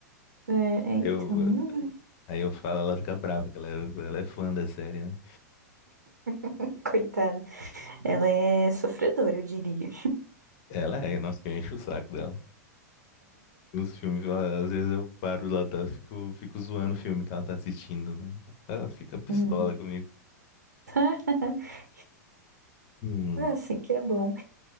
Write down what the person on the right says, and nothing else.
É, é, então,
não-
<laughs> coitada.
Ela é sofredora, eu diria.
Hum.
<laughs>
Ah, sim, que é bom.